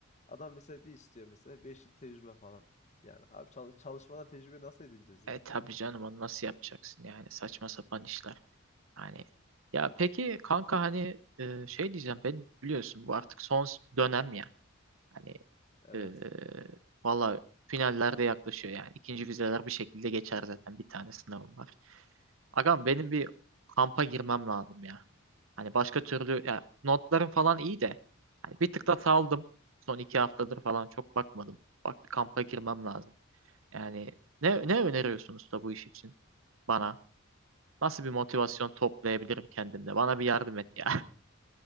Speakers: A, on the left; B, on the right.
A: Adam mesela bir istiyor mesela 5 yıl tecrübe falan. Yani abi çalış çalışmadan tecrübeyi nasıl edineceğiz yani?
B: E tabii canım onu nasıl yapacaksın yani saçma sapan işler. Hani
A: Yani,
B: ya peki kanka hani e, şey diyeceğim ben biliyorsun bu artık son s- dönem ya. Hani
A: Evet.
B: e, valla finallerde yaklaşıyor yani. ikinci vizeler bir şekilde geçer zaten bir tane sınavım var. Agam benim bir kampa girmem lazım ya. Hani başka türlü ya notlarım falan iyi de hani bir tık da saldım. Son iki haftadır falan çok bakmadım. Bak bir kampa girmem lazım. Yani ne ne öneriyorsunuz da bu iş için bana? Nasıl bir motivasyon toplayabilirim kendimde? Bana bir yardım et ya.